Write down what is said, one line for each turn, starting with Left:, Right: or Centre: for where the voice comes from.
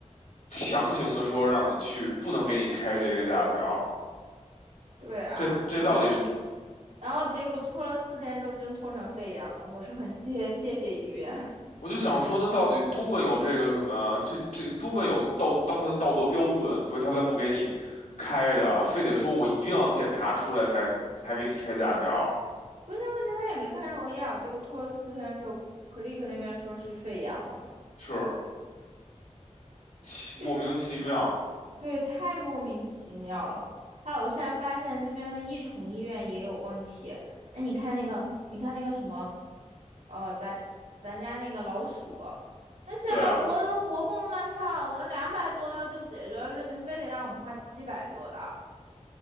Left: 强行的说让你去，不能给你开这个假条，
Right: 对啊，
Left: 这这到底是？
Right: 然后然后结果拖了四天之后，真拖成肺炎了。我是很谢谢谢医院，
Left: 我就想说，他到底多么有这个什么，这这多么有道道道德标准，所以他才不给你开的，非得说我一定要检查出来才才给你开假条，
Right: <laughs> 关键问题他也没开任何药，结果拖了四天之后，Click 那边说是肺炎了。
Left: 是奇莫名其妙。
Right: 这对太莫名其妙了。还有，我现在发现这边的益宠医院也有问题。哎，你看那个，你看那个什么。哦，咱咱家那个老鼠，那现在活的活蹦乱跳的，
Left: 对啊，
Right: 两百多刀就解决的事情，非得让我们花七百多刀。